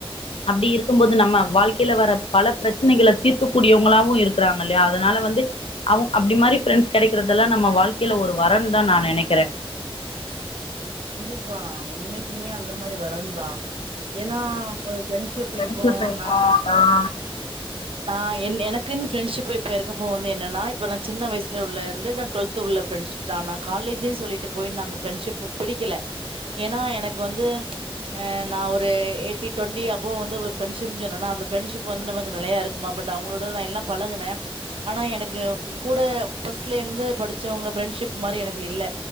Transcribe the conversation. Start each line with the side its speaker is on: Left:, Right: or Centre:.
Left: அப்டி இருக்கும் போது நம்ம வாழ்க்கையில வர பல பிரச்சனைகள தீர்க்கக்கூடியவங்களாவு இருக்கிறாங்க இல்லையா அதனால வந்து அவ அப்டி மாதிரி கிடைக்கதெல்லாம் நம்ம வாழ்க்கையில ஒரு வரன் தான் நான் நனைக்கிறேன்
Right: கண்டிப்பா உண்மைனைக்குமே அந்த மாதிரி வரந்தான் ஏனா ஒரு ப்ரெண்ட்ஷிப்
Left: ஃப்ரெண்ட்ஷிப்
Right: வைப்போம்
Left: இப்போ
Right: நா
Left: நான்
Right: நான் என எனக்குன்னு ப்ரெண்ட்ஷிப் இப்ப இருக்கப்போ வந்து என்னன்னா இப்ப நான் சின்ன வயசுல உள்ள வந்து ட்வீல்வத் உள்ள ப்ரெண்ட்ஷிப் தான் காலேஜ சொல்லிட்டு போய் நாங்க ப்ரெண்ட்ஷிப் பிடிக்கல ஏன எனக்கு வந்து நான் ஒரு யெய்ட்டி டோண்டி போ வந்து ஒரு ஃரெண்ஷிப் என்னா அந்த பிரண்ஷிப் வந்து நமக்கு நிலய இருக்கு பட் அவங்களோட நான் எல்லாம் பழகுனேன் ஆனா எனக்கு யன் கூட பஸ்ட்ல இருந்து படிச்சவங்க ஃரெண்ட்ஷிப் மாரி எனக்கு இல்ல